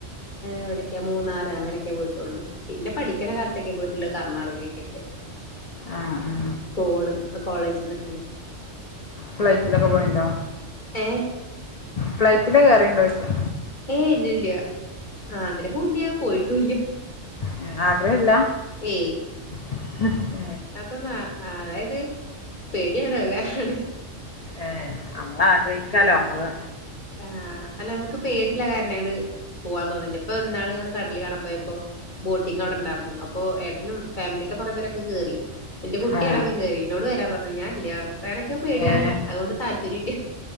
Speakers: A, on the left; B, on the left.
A: ഇവിടക്കെയാ മൂന്നാറ് അങ്ങനെയൊക്കെ പോ <unintelligible> പിന്നെ പഠിക്കണ കാലത്തൊക്കെ പോയിട്ടുള്ള് കർണാടകക്കൊക്കെ
B: ആഹ് ഉം
A: സ്കൂൾ കോളേജീന്നൊക്കെ
B: ഫ്ലൈറ്റിലൊക്കെ പോയിണ്ടോ
A: ഏഹ്
B: ഫ്ലൈറ്റില് കേറിണ്ടോയ്ച്ചയാ
A: ഏയ് ഇല്ലില്ല ആഗ്രഹോം ഇല്ല പോയിട്ടുംല്യ
B: ഉം ആഗ്രഹമില്ല
A: ഏയ്
B: <unintelligible>
A: അത് നാ അഹ് അതായത് പേടിയാണ് അഹ് കാരണാണ്
B: ഏഹ് നമ്മളാഗ്രഹിക്കാലോ അമ്മള്
A: ആഹ് അല്ല അമക്ക് പേടിള്ള കാരണം അങ്ങട് പോവാൻ തോന്നില്ല ഇപ്പൊ ഇന്നാള് ങ്ങള് കടല് കാണാമ്പോയപ്പോ ബോട്ടിംഗ് അവിടെണ്ടാർന്നു അപ്പൊ ഏട്ടനും ഫാമിലിത്തെ കൊറേ പേരൊക്കെ കേറി ഇന്റെ കുട്ടി
B: ഏഹ്
A: അടക്കം കേറി ഇന്നോട് വരാൻ പറഞ്ഞു ഞാൻ ഇല്ല്യാറഞ്ഞു <unintelligible> നക്ക് അഹ് പേടിയാണ്
B: ഏഹ്
A: അതുകൊണ്ട് താല്പര്യല്ല്യ